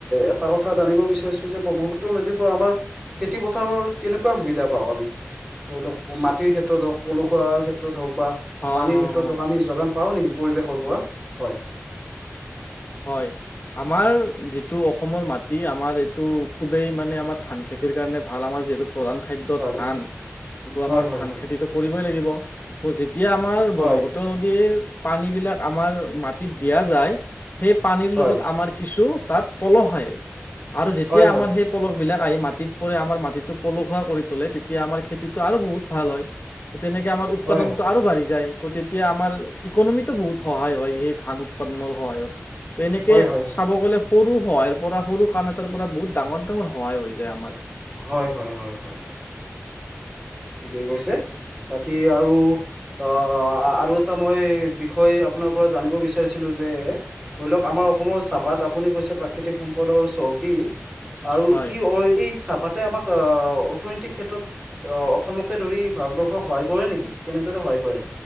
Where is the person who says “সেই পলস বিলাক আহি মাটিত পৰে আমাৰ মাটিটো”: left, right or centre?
Left